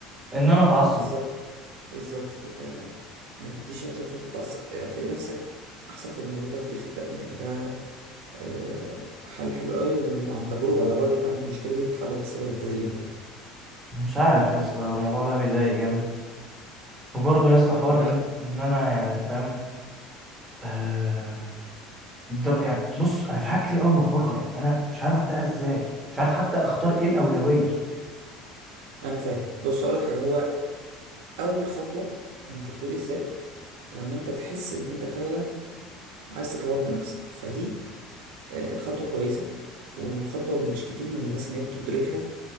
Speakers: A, on the right (about 15°); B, on the right (about 80°).
A: ان انا اتعصب
B: بالظبط بالظبط كده ما تديش نفسك فرصة تعصب هتلاقي نفسك احسن في الموضوع ده كتير صدقني يعني ده آه، حل حلو قوي وعن تجربة انا برضو كان عندي المشكلة دي واتحلت بسبب التدريب ده
A: مش عارف يا اسطى الموضوع ده بيضايق جامد وبرضه يا اسطى حوار
B: اه
A: ان
B: لا
A: إن انا يعني فاهم آه در... يعني بص انا في حاجات كتير قوي ملخبطه يعني انا مش عارف ابداها ازاي مش عارف حتى اختار ايه الاولويه
B: ما انا فاهم بص اقول لك حاجة هو اول خطوة من تطوير الذات هو ان انت تحس ان انت فعلا عايز تطور من نفسك فدي آه، خطوة كويسة وخطوة مش كتير من الناس ان هي بتدركها